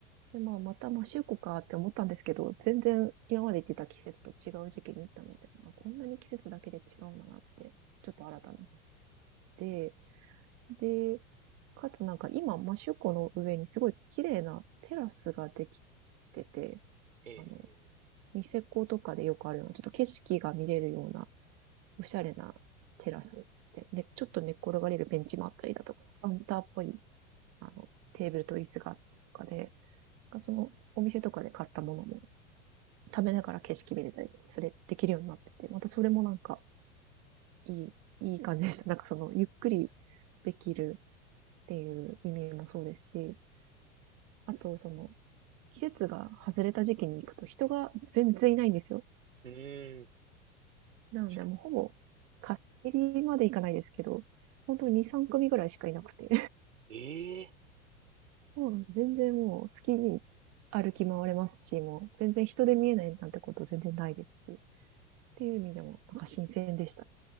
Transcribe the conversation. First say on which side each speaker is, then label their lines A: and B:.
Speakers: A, on the right (about 40°); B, on the right (about 80°).
A: で、まあ、またマシューコかって思ったんですけど、全然今まで行ってた季節と違う時期に行ったので、あ、こんなに季節だけで違うんだなって、ちょっと新たになって、で、かつなんか今、マシューコの上にすごい綺麗なテラスができてて、
B: ええ
A: あの、ニセコとかでよくあるような、ちょっと景色が見れるようなおしゃれなテラスで、ねちょっと寝っ転がれるベンチもあったりだとか、
B: うん。
A: カウンターっぽい、あの、テーブルと椅子があったりとかで、その、お店とかで買ったものも食べながら景色見れたりとか、それできるようになってて、またそれもなんか、いい、いい感じでした。<laughs> なんかその、ゆっくりできるっていう意味もそうですし、
B: うん。
A: あとその、季節が外れた時期に行くと人が全然いないんですよ。
B: うーん。
A: なのでもうほぼ貸し切りまでいかないですけど、
B: 確か
A: 本当に2、3組ぐらいしかいなくて、
B: に。ええ
A: そう、全然もう好きに歩き回れますし、もう全然人で見えないなんてこと全然ないですし、っていう意味でもなんか新鮮でした。